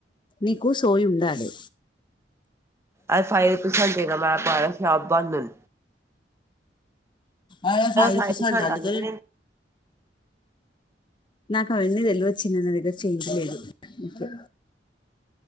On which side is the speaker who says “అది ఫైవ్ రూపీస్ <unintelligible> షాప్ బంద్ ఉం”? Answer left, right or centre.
Right